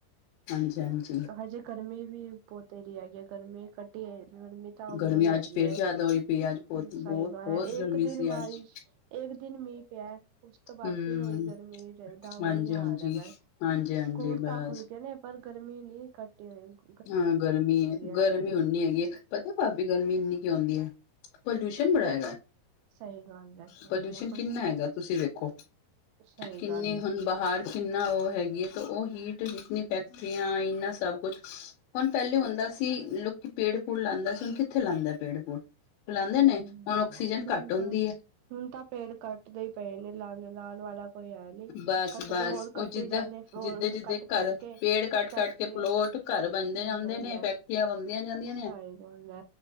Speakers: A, on the left; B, on the right.
A: ਹਾਂਜੀ -ਹਾਂਜੀ।
B: ਹਜੇ ਗਰਮੀ ਵੀ ਬੋਤ ਰ ਹੈਗੀ ਆ ਗਰਮੀ ਘੱਟੀ ਏ ਗਰਮੀ ਤਾਂ ਓਨੀ
A: ਗਰਮੀ ਅੱਜ
B: ਹੈਗੀ
A: ਫੇਰ
B: ਏ,
A: ਜ਼ਿਆਦਾ ਹੋਈ ਪਈ ਅੱਜ ਬਹੁਤ ਬਹੁਤ
B: ਸਹੀ ਗੱਲ
A: ਬਹੁਤ
B: ਆ ਏਕ
A: ਗਰਮੀ
B: ਦਿਨ
A: ਸੀ
B: ਬਾਰਿਸ਼
A: ਅੱਜ
B: ਏਕ ਦਿਨ ਮੀਂਹ ਪੇਆ। ਉਸ ਤੋਂ ਬਾਅਦ
A: ਹਮ
B: ਫੇਰ ਓਹੀ ਗਰਮੀ, ਰੇਹਦਾ ਓਹੀ
A: ਹਾਂਜੀ
B: ਹਾਲ
A: ਹਾਂਜੀ
B: ਹੈਗਾ,
A: ਹਾਂਜੀ ਹਾਂਜੀ
B: ਸਕੂਲ
A: ਬਸ
B: ਤਾਂ ਖੁੱਲ ਜਾਨੇ ਪਰ ਗਰਮੀ ਨਈ ਘੱਟੀ ਹੈਗੀ।
A: ਹਾਂ ਗਰਮੀ
B: ਆ
A: -ਗਰਮੀ
B: ਅਜੇ ਤੱਕ
A: ਉਨੀ ਹੈਗੀ ਆ, ਪਤਾ ਭਾਬੀ ਗਰਮੀ ਇੰਨੀ ਕਿਓ ਹੁੰਦੀ ਏ, ਪੋਲਿਊਸ਼ਨ। ਕੰਮ ਬੜਾਏਗਾ।
B: ਕਿਉਂ ਸਹੀ ਗੱਲ ਹੈ ਸਹੀ
A: ਪੋਲਿਊਸ਼ਨ
B: ਗੱਲ ਹੈ
A: ਕਿੰਨਾ ਹੈਗਾ ਤੁਸੀਂ ਵੇਖੋ,
B: ਸਹੀ
A: ਕਿੰਨੇ
B: ਗੱਲ
A: ਹੁਣ
B: ਆ
A: ਬਾਹਰ। ਕਿੰਨਾ ਓ ਹੈਗੀ ਏ, ਤੇ ਉਹ ਹੀਟ ਕਿਤਨੀ ਫੈਕਟਰੀਆਂ ਇੰਨਾ ਸਭ ਕੁਛ। ਹੁਣ ਪੇਲੇ ਹੁੰਦਾ ਸੀ, ਲੋਕੀ ਪੇੜ -ਪੂੜ ਲਾਂਦੇ ਸੀ, ਹੁਣ ਕਿੱਥੇ ਲਾਂਦੇ ਪੇੜ -ਪੂੜ। ਫੁਲਾਦੇ
B: ਸਹੀ
A: ਨੇ ਆਕਸੀਜਨ
B: ਹੁਣ
A: ਘੱਟ ਹੁੰਦੀ
B: ਤਾਂ
A: ਏ।
B: ਹੁਣ ਤਾਂ ਪੇੜ ਕੱਟ ਟਦੇ ਪਏ ਨੇ ਲਾਣ ਲੁਵਾਣ ਵਾਲਾ ਕੋਈ ਹੈ ਨਹੀਂੀ
A: ਬਸ-ਬਸ
B: ਕੱਟਦੇ ਹੋਰ
A: ਉਹ
B: ਕੱਟੇ
A: ਜਿੱਦਾਂ
B: ਜਾਂਦੇ ਹੋਰ
A: ਜਿੱਦੇ-ਜਿੱਦੇ
B: ਕੱਟ
A: ਘਰ
B: ਕੱਟ ਕੇ
A: ਪੇੜ ਕੱਟ
B: ਫੈਕਟਰੀਆਂ
A: ਕੱਟ ਕੇ ਪਲੋਟ ਘਰ ਬਣਦੇ
B: ਸਹੀ
A: ਜਾਂਦੇ
B: ਗੱਲ
A: ਨੇ,
B: ਹੈ
A: ਫੈਕਟਰੀਆਂ ਬਣਦੀਆਂ ਜਾਂਦੀਆਂ ਨੇ
B: ਸਹੀ ਗੱਲ ਹੈ।